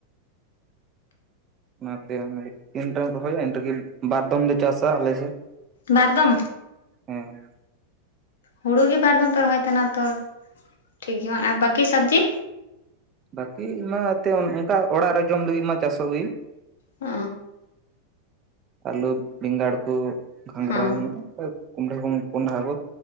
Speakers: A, on the right; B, on the left.
A: ᱚᱱᱟᱛᱮ ᱚᱱᱮ ᱛᱤᱱᱴᱮᱢ ᱨᱚᱦᱚᱼᱟ ᱤᱱ ᱨᱮᱜᱮ ᱵᱟᱨ ᱫᱚᱚᱢ ᱞᱮ ᱪᱟᱥᱟ ᱟᱞᱮ ᱥᱮᱫ
B: ᱵᱟᱨ ᱫᱚᱢ
A: ᱦᱮᱸ
B: ᱦᱩᱲᱩᱜ ᱜᱮ ᱵᱟᱨ ᱫᱚᱚᱢ ᱯᱮ ᱨᱚᱦᱚᱭ ᱛᱟᱦᱮᱱᱟ ᱛᱚ ᱴᱷᱤᱠ ᱜᱮᱭᱟ ᱟᱨ ᱵᱟᱠᱤ ᱥᱚᱵᱽᱡᱤ,
A: ᱵᱟᱠᱤ ᱢᱟ ᱮᱱᱛᱮᱫ ᱚᱱᱠᱟ ᱚᱲᱟᱜ ᱨᱮ ᱡᱚᱢ ᱞᱟᱹᱜᱤᱫ ᱢᱟ ᱪᱟᱥᱚᱜ ᱜᱮ᱾
B: ᱚ
A: ᱟᱹᱞᱩ ᱵᱮᱸᱜᱟᱲ ᱠᱚ ᱜᱷᱟᱸᱜᱽᱨᱟ
B: ᱦᱮᱸ
A: ᱢᱮᱱᱟᱜᱼᱟ᱾ ᱠᱩᱢᱰᱷᱟ ᱠᱚ ᱠᱚᱸᱰᱷᱟ ᱠᱚ